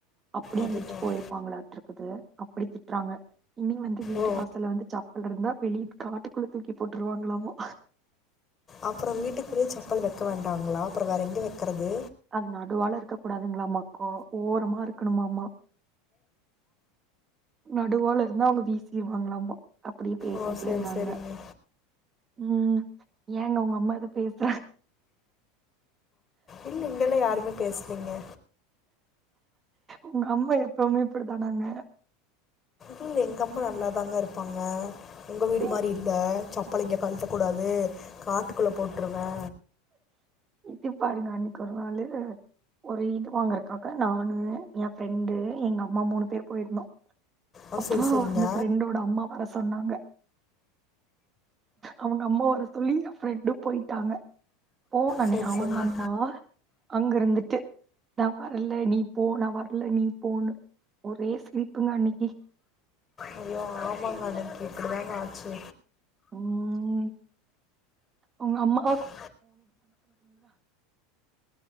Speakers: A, on the right; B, on the left.
A: அப்டி
B: அதுதான்
A: எந்திரிச்சு போயிரு பப்பாங்களா இருக்குது அப்டி திட்றாங்க இன்னி வந்து வீட்டு
B: ஓ
A: வாசல வந்து செப்பல் இருந்தா வெளிய காட்டுக்குள்ள தூக்கி போட்டுருவாங்களாமா
B: அப்றோ வீட்டுக்குள்ளே செப்பல் வைக்க வேண்டாங்களா அப்றோ வேற எங்க வைக்கறது
A: அது நடுவால இருக்க கூடாதுங்களாமா ஓரமா இருக்கணுமா நடுவால இருந்தா அவங்க வீசிருவாங்களாமா அப்டியே பேசிட்டே
B: ஓ சரி
A: இருந்தாங்க
B: சரிங்க
A: ம் ஏங்க உங்க அம்மா எது பேச
B: இல்ல இங்கல்லா யாருமே பேசலிங்க
A: உங்க அம்மா எப்பவுமே இப்டி தானாங்க
B: இல்ல எங்கம்மா நல்லாதாங்க இருப்பாங்க உங்க வீடு
A: சே
B: மாரி இல்ல செப்பள இங்க கழட்ட கூடாது காட்டுக்குள்ள போட்டுருவே
A: தத்தி பாருங்க அன்னிக்கி ஒரு நாளு ஒரு இது வாங்குதுக்காக நானு ஏ ஃப்ரெண்டு எங்க அம்மா மூணு பேரு போயிருந்தோ
B: ஆ
A: அப்போ
B: செரி செரிங்க
A: இந்த ஃபிரண்டோட அம்மா வர சொன்னாங்க அவங்க அம்மா வர சொல்லி ஏ ஃப்ரெண்டு போயிட்டாங்க போ பண்ணி
B: செரி
A: அவங்க
B: செரிங்க
A: அம்மா அங்க இருந்துட்டு நா வரல நீ போ நான வரல நீ போன்னு ஒரே சிரிப்புங்க அன்னிக்கி
B: ஐய்யோ ஆமாங்க அன்னிக்கி இப்டிதாங்க ஆச்சு
A: ம் உங்க அம்மா
B: <inaudible>